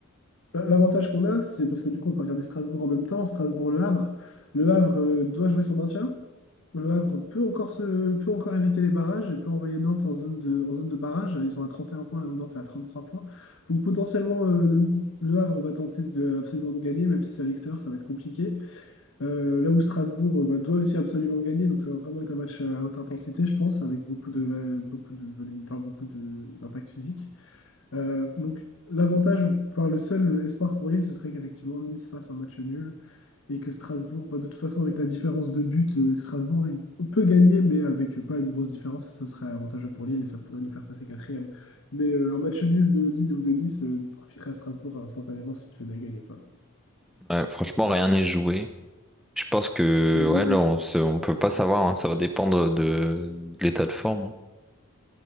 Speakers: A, on the left (about 65°); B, in the centre.
A: Bah, L'avantage qu'on a, c'est parce que du coup, on peut regarder Strasbourg en même temps, Strasbourg-Le Havre. Le Havre euh, doit jouer son maintien. Le Havre peut encore, se, peut encore éviter les barrages et peut envoyer Nantes en zone de, en zone de barrage. Ils sont à 31 points là où Nantes est à 33 points. Donc potentiellement, euh, le, le Havre va tenter de, absolument de gagner, même si c'est à l'extérieur, ça va être compliqué. Euh, là où Strasbourg euh, bah, doit aussi absolument gagner, donc ça va vraiment être un match à haute intensité, je pense, avec beaucoup de, beaucoup de volume, enfin, beaucoup de- d'impact physique. Euh, donc, l'avantage, enfin, le seul espoir pour Lille, ce serait qu'effectivement Nice fasse un match nul et que Strasbourg, bah, de toute façon, avec la différence de but, euh, que Strasbourg il peut gagner, mais avec euh, pas une grosse différence, ça serait avantageux pour Lille et ça pourrait nous faire passer quatrième. Mais euh, un match nul de Lille ou de Nice euh, profiterait à Strasbourg instantanément si tu venais à gagner, quoi.
B: Ouais, franchement, rien n'est joué. Je pense que
A: Hum, hum,
B: ouais, là,
A: hum.
B: on se, on peut pas savoir, hein, ça va dépendre de, de l'état de forme. hein.